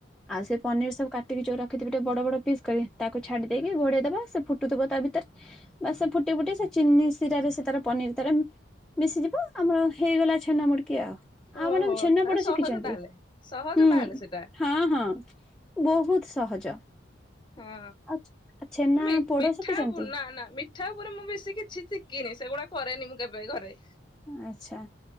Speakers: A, in the centre; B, on the left.
A: ଆଉ ସେ ପନିର ସବୁ କା ସେତିକି ଯୋଉ ରଖିଥିବ ଟିକେ ବଡବଡ ପିସ କରି ତାକୁ ଛାଡି ଦେଇକି ଘୋଡେଇଦବା ସେ ଫୁଟୁଥିବ ତା ଭିତରେ ବା ସେ ଫୁଟି ଫୁଟି ସେ ଚିନି ଶିରାରେ ସେ ତାର ପନିର୍ ତାର ମିଶିଯିବ ଆମର ହେଇଗଲା ଛେନା ମୁଡିକି ଆଉ ଆଉ
B: ଓହୋ
A: ମାଡ଼ାମ୍ ଛେନାପୋଡ
B: ସହଜ
A: ଶିଖିଛନ୍ତି?
B: ତାହେଲେ ସହଜ
A: ହୁଁ।
B: ତାହେଲେ ସେଟା
A: ହଁ ହଁ ବହୁତ୍ ସହଜ।
B: ହଁ
A: ଆଉ ଛେନା
B: ମି
A: ପୋଡ
B: ମିଠା
A: ଶିଖିଛନ୍ତି?
B: ବନା ନା ମି ମିିଠା ଉପରେ ମୁଁ ବେଶୀ କିଛି ଶିଖିନି, ସେଗୁଡା କରେନି ମୁଁ କେବେ ଘରେ।
A: ଆଚ୍ଛା